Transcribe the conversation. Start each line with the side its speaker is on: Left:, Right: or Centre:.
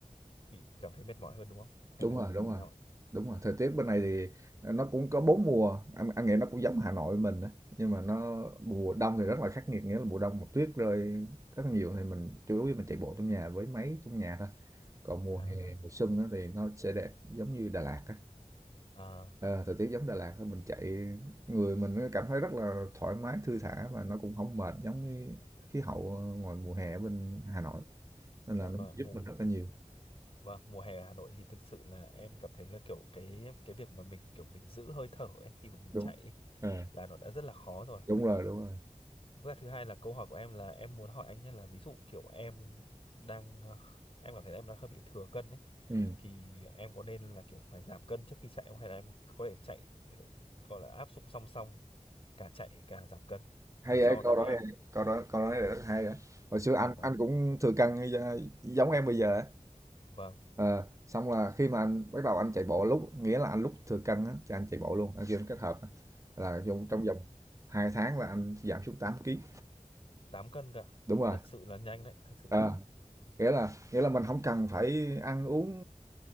Left: bị cảm thấy mệt mỏi hơn đúng không hay
Right: đúng
Left: là
Right: rồi
Left: như
Right: đúng rồi
Left: nào ạ?
Right: đúng rồi thời tiết bên này thì nó cũng có bốn mùa anh, anh nghĩ nó cũng giống Hà Nội mình á nhưng mà nó mùa đông thì rất là khắc nghiệt nghĩa là mùa đông mà tuyết rơi rất là nhiều thì mình chủ yếu mình chạy bộ trong nhà với máy trong nhà thôi còn mùa
Left: À,
Right: hè mùa xuân á thì nó sẽ đẹp giống như Đà Lạt á
Left: à,
Right: Ờ, thời tiết giống Đà Lạt thôi, mình chạy người mình cảm thấy rất là thoải mái, thư thả và nó cũng không mệt giống như khí hậu ờ, ngoài mùa hè ở bên Hà Nội. Nên là
Left: dạ
Right: nó
Left: vâng, ạ,
Right: giúp
Left: mùa
Right: mình rất là nhiều.
Left: vâng, mùa hè ở Hà Nội thì thực sự là em cảm thấy là kiểu cái cái việc mà mình kiểu mình giữ hơi thở ấy khi mà mình
Right: Đúng.
Left: chạy ấy,
Right: Ờ,
Left: là nó đã rất là khó rồi.
Right: đúng rồi, đúng rồi.
Left: Và thứ hai là câu hỏi của em là em muốn hỏi anh nhé là ví dụ kiểu em đang ờ, em cảm thấy em đang hơi bị thừa cân ấy
Right: Ừ.
Left: thì em có nên là kiểu phải giảm cân trước khi chạy không hay là em có thể chạy ờ, gọi là áp dụng song song cả chạy cả giảm cân
Right: Hay
Left: để cho
Right: vậy, câu
Left: tại vì
Right: đó
Left: em
Right: hay. Câu đó câu nói này rất hay á. Hồi xưa
Left: vâng
Right: anh
Left: vâng
Right: anh cũng thừa cân như da- giống em bây giờ á.
Left: vâng
Right: Ờ, xong là khi mà anh bắt đầu anh chạy bộ lúc nghĩa là anh lúc thừa cân á thì anh chạy bộ luôn, anh kêu kết hợp á. Là trong trong
Left: vâng
Right: vòng 2 tháng là anh giảm xuống 8 ký
Left: tám cân cả
Right: Đúng rồi.
Left: thật sự là nhanh đấy thật sự
Right: Ờ,
Left: là nhanh
Right: nghĩa là nghĩa là mình không cần phải ăn uống,